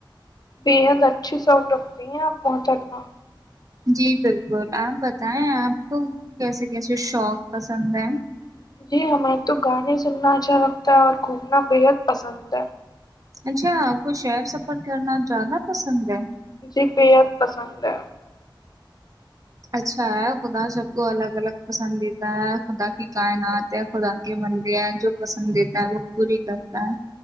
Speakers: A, on the left; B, on the right.
A: بےحد اچھی سوق رگتی ہیں آپ محترما
B: جی بالکل آپ بتائیں آپ کو کیسے کیسے شوق پسند ہیں
A: جی ہمیں تو گانے سننا اچھا لگتا ہے اور گھومنا بےحد پسند ہے
B: اچھا آپ کو شہر سفر کرنا زیادہ پسند ہے
A: جی بحد پسند ہے
B: اچھا ہے خدا سب کو الگ الگ پسندید ہے خدا کی کائنات ہے خدا کے بندے ہیں جو پسندید ہے وہ پوری کرتا ہے